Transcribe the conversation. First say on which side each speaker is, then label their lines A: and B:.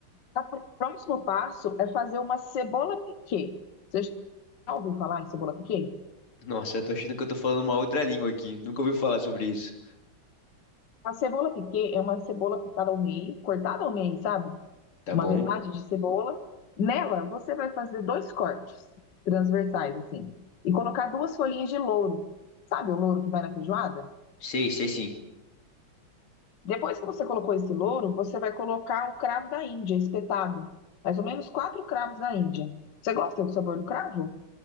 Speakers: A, on the left; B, on the left.
A: Tá, pr- próximo passo é fazer uma cebola piquê. Você já ouviu falar em cebola piquê?
B: Nossa, eu tô achando que eu tô falando uma outra língua aqui. Nunca ouvi falar sobre isso.
A: A cebola piquê é uma cebola picada ao meio, cortada ao meio, sabe?
B: Tá
A: Uma
B: bom?
A: metade de cebola. Nela, você vai fazer dois cortes transversais, assim, e colocar duas folhinhas de louro. Sabe o louro que vai na feijoada?
B: Sei, sei sim.
A: Depois que você colocou esse louro, você vai colocar o cravo da Índia, espetado. Mais ou menos quatro cravos da Índia. Você gosta do sabor do cravo?